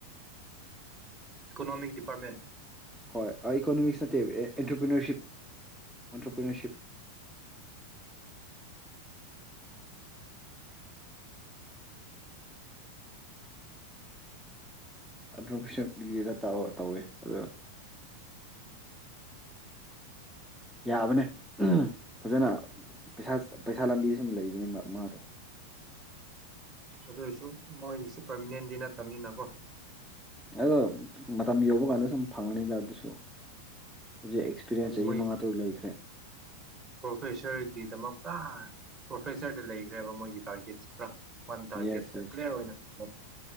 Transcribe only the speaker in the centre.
ꯍꯣꯏ ꯏꯀꯣꯅꯣꯃꯤꯛꯁ ꯅꯠꯇꯦ ꯑꯦꯟꯇꯔꯄ꯭ꯔꯤꯅꯔꯁꯤꯞ ꯑꯣꯟꯇꯔꯄ꯭ꯔꯤꯅꯔꯁꯤꯞ
ꯑꯗꯨꯣꯐꯁꯞ ꯗꯤꯒ꯭ꯔꯤꯗ ꯇꯧꯔ ꯇꯧꯋꯦ ꯑꯗ ꯌꯥꯕꯅꯦ ꯐꯖꯅ ꯄꯩꯁꯥ ꯄꯩꯁꯥ ꯂꯝꯕꯤ ꯁꯨꯝ ꯂꯩꯕꯅꯤ ꯃꯥꯗꯣ
ꯑꯗꫭ ꯃꯇꯝ ꯌꯧꯕ ꯀꯥꯟꯗ ꯁꯨꯝ ꯐꯪꯅꯤꯗ ꯑꯗꯨꯁꯨ ꯍꯧꯖꯤꯛ ꯑꯦꯛꯁꯄꯤꯔꯤꯌꯦꯟꯁ
ꯆꯍꯤ
ꯃꯉꯥ ꯇꯔꯨꯛ ꯂꯩꯈ꯭ꯔꯦ
ꯌꯦꯁ ꯌꯦꯁ